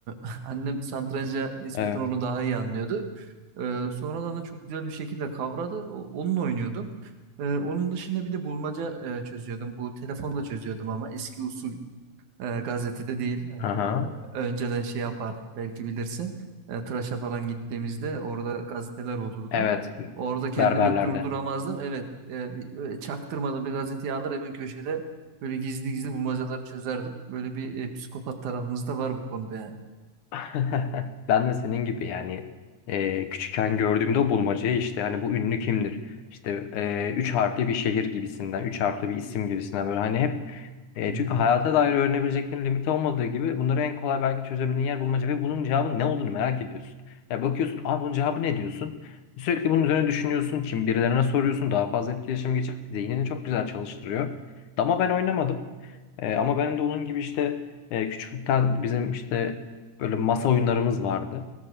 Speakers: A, on the right (about 70°); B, on the left (about 75°).
A: <laughs> annem satranca nispeten
B: Evet.
A: onu daha iyi anlıyordu. Ee, sonradan da çok güzel bir şekilde kavradı. O- Onunla oynuyordum. Ee, onun dışında bir de bulmaca e, çözüyordum. Bu telefonla çözüyordum ama eski usul e, gazetede değil.
B: Aha.
A: E, önceden şey yapardık belki bilirsin. E, tıraşa falan gittiğimizde orada gazeteler olurdu.
B: Evet.
A: Orada kendimi
B: Berberlerde.
A: durduramazdım. Evet e, bir- böyle çaktırmadan bir gazeteyi alır hemen köşede böyle gizli gizli bulmacaları çözerdim. Böyle bir e, psikopat tarafımız da var bu konuda yani.
B: <laughs> Ben de senin gibi yani e, küçükken gördüğümde o bulmacayı işte hani bu ünlü kimdir? İşte e, üç harfli bir şehir gibisinden, üç harfli bir isim gibisinden böyle hani hep e,
A: Hmm.
B: çünkü hayata dair öğrenebileceklerin limiti olmadığı gibi bunları en kolay belki çözebildiğin yer bulmaca ve bunun cevabı ne olduğunu merak ediyorsun. Ya bakıyorsun, "Aa bunun cevabı ne?" diyorsun. Sürekli bunun üzerine düşünüyorsun, kim birilerine soruyorsun, daha fazla etkileşim geçip zihnini çok güzel çalıştırıyor. Dama ben oynamadım. E, ama benim de onun gibi işte e, küçüklükten bizim işte Böyle masa oyunlarımız vardı.